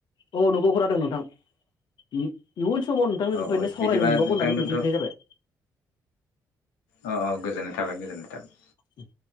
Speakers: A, on the left; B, on the left.
A: औ नंगौ खोनादों नोंथां इ इयुन समाव नोंथांनो
B: औ
A: बेफोरबायदिनो
B: औ
A: सावरायनो
B: बिदिबा
A: मोनबावगोन
B: नोंथां
A: होननानै
B: दोनथ'
A: मिजिंथिनाय जाबाय।
B: औ औ गोजोननाय थाबाय गोजोननाय थाबाय
A: उम